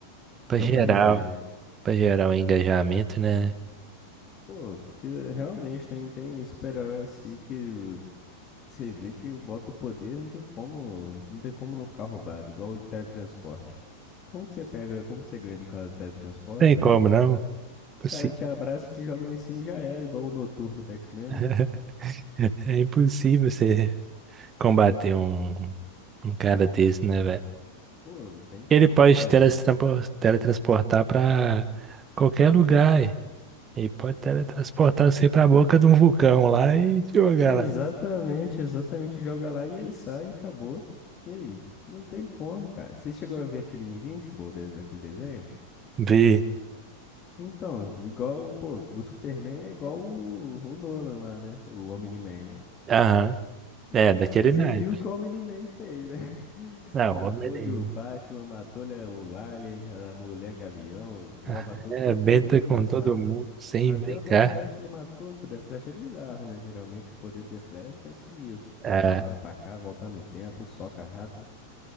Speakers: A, on the right; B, on the left.
A: pra
B: Só
A: gerar,
B: pra render, né?
A: pra gerar o engajamento, né?
B: Pô, porque realmente tem, tem super-herói assim que Você vê que bota o poder, não tem como, não tem como não ficar roubado, igual o de teletransporte. Como que você pega, como que você ganha do cara do teletransporte,
A: Tem como
B: ué?
A: não. Possi-
B: O cara te abraça, te joga lá em cima e já era, igual o Noturno do X-Men,
A: <laughs>
B: né?
A: É impossível você combater um, um cara desse, né, velho?
B: Pô, não tem como,
A: Ele pode
B: cara.
A: teletranspor- teletransportar para qualquer lugar. e e pode teletransportar você para a boca de um vulcão lá e te jogar
B: Exatamente,
A: lá.
B: exatamente, joga lá e ele sai e acabou. E aí? Não tem como, cara. Você chegou a ver aquele Invincible, des- aquele desenho?
A: Vi.
B: Então, igual, pô, o Superman é igual o, o Nolan lá, né? O Omni-Man, né?
A: Aham.
B: E
A: É,
B: aí
A: daquele
B: você
A: naipe.
B: viu como ele man fez, né? <laughs>
A: Não,
B: Matou-lhe
A: homem. nenhum.
B: o Batman, matou-lhe o Alien, a mulher Gavião, o Goa,
A: Ah,
B: matou
A: É,
B: todo
A: benta
B: mundo
A: com
B: na sala.
A: todo mundo sem
B: Até
A: brincar.
B: o The Flash ele matou, que o The Flash é bizarro, né? Geralmente o poder do The Flash é sinistro.
A: Ah,
B: Vai pra lá, vai pra cá, volta no tempo, soca rápido.